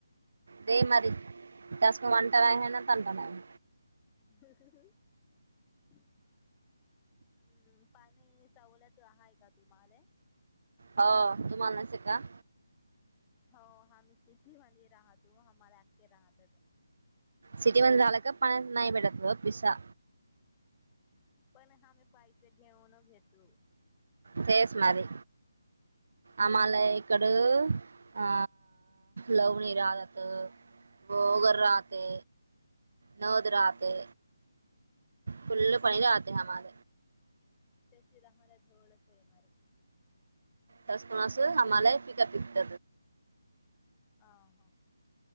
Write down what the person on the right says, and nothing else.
ते मारी त्यासकन नाही ना तन नाही
हो तुम्हालाच का
सिटी मध्ये झालं का पाण्या नाही भेटत पिसा
फच माारी.
आम्हाला इकडं अ लवणी राहहात वगर राहते नद राहते फुल् पणीर आते का माझ
कसकणास हम्हालाय पिकअप इत